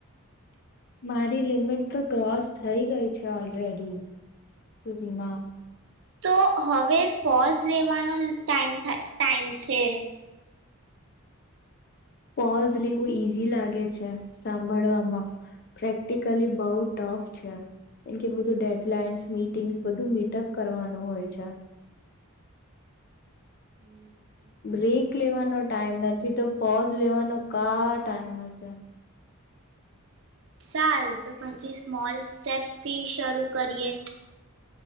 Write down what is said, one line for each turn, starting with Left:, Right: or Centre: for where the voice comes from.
Left: મારી લિમિટ તો ક્રોસ થઈ ગઈ છે ઓલરેડી. સુધીમાં.
Right: તો હવે પોઝ લેવાનો ટાઇ ટાઈમ છે.
Left: પોઝ લેવું ઈઝી લાગે છે સાંભળવામાં પ્રેક્ટિકલી બવ ટફ છે એમ કે બધું ડેડલાઇન્સ મીટિંગ્સ બધું મીટઅપ કરવાનું હોય છે.
Right: હમ્મ.
Left: બ્રેક લેવાનો ટાઈમ નથી તો પોઝ લેવાનો કા ટાઈમ હશે.
Right: ચાલ તો પછી સ્મોલ સ્ટેપ્સથી શરૂ કરીએ.